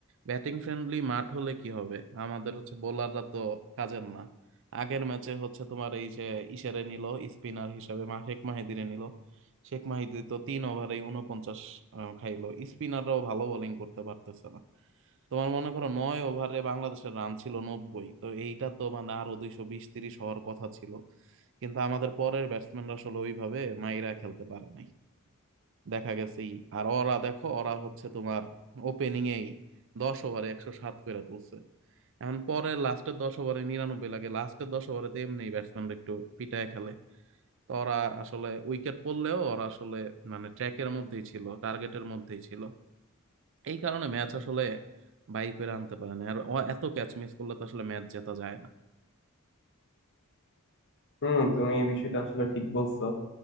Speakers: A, on the right; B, on the left.
A: ব্যাটিং ফ্রেন্ডলি মাঠ হলে কি হবে আমাদের হচ্ছে বোলাররা তো কাজের না আগের ম্যাচে হচ্ছে তোমার এই যে ইশারে নিল স্পিনার হিসাবে মা শেখ মাহিদিরে নিল শেখ মাহিদি তো তিন ওভারে উনপঞ্চাশ আহ, খাইলো স্পিনাররাও ভালো বোলিং করতে পারতেছে না তোমার মনে করো নয় ওভারে বাংলাদেশের রান ছিল নব্বই তো এইটা তো মানে আরো দুইশো বিশ তিরিশ হওয়ার কথা ছিল কিন্তু আমাদের পরের ব্যাটসম্যানরা আসলে ওইভাবে মাইরা খেলতে পারে নাই দেখা গেছে এই- আর ওরা দেখো ওরা হচ্ছে তোমার ওপেনিং এই দশ ওভারে একশো সাত করে তুলছে এখন পরে লাস্টের দশ ওভারে নিরানব্বই লাগে লাস্টের দশ ওভারে তো এমনি ব্যাটসম্যানরা একটু পিটায় খেলে তো ওরা আসলে উইকেট পড়লেও ওরা আসলে মানে ট্র্যাকের মধ্যেই ছিল টার্গেটের মধ্যেই ছিল এই কারণে ম্যাচ আসলে বাই করে আনতে পারে না আর ও এত ক্যাচ মিস করলে তো আসলে ম্যাচ জেতা যায় না
B: হুম তুমি এই বিষয়টা আসলে ঠিক বলছো